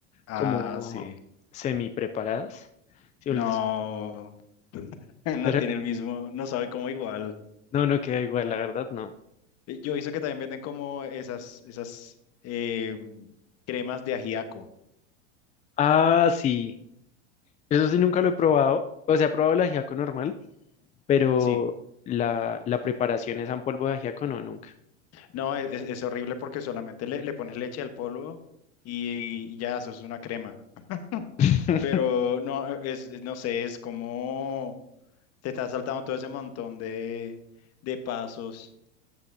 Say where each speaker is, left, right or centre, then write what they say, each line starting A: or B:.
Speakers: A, on the left (about 45°); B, on the left (about 20°).
A: Ah,
B: como
A: sí.
B: semi preparadas. Sí,
A: No.
B: o les-
A: <laughs> No
B: pero
A: tiene el mismo, no sabe cómo igual.
B: no, no queda igual, la verdad, no.
A: Eh, Yo he visto que también venden como esas, esas eh, cremas de ajiaco.
B: Ah, sí. Eso sí nunca lo he probado. O sea, he probado el ajiaco normal, pero
A: Sí,
B: la, la preparación es en polvo de ajiaco, no, nunca.
A: no, es, es- es horrible porque solamente le, le pones leche al polvo y, y ya, eso es una crema. <laughs>
B: <laughs>
A: Pero no, e, es, es- no sé, es como te estás saltando todo ese montón de, de pasos